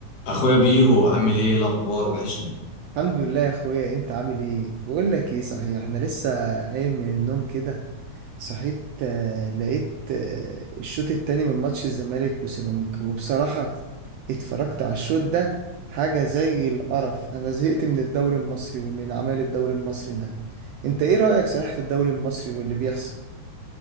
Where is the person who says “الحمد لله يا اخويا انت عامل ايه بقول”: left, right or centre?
Right